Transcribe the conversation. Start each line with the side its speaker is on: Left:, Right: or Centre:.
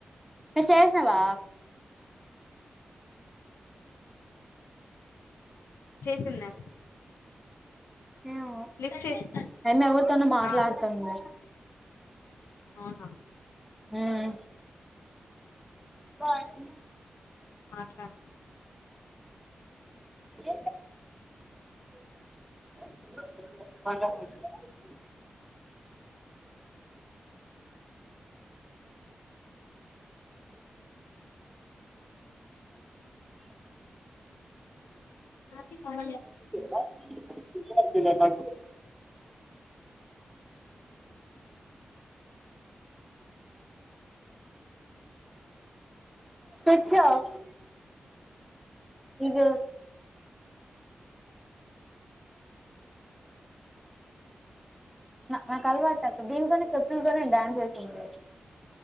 Centre: చేసినవా
Left: చేసిందా
Centre: ఏమో
Left: లిఫ్ట్ చేసి
Centre: అమ్మి ఎవరుతోన మాట్లాడతనది
Left: ఆ
Centre: లే
Left: అవునా
Centre: ఉం పటీ
Left: మాట్లాడి
Centre: ఎ <inaudible>
Left: నాకి కాల
Centre: క స్విచ్ ఆఫ్ ఇద నాకు అలవాటు అ దీనికోనే చెతులతోనే డాన్స్ వేసింది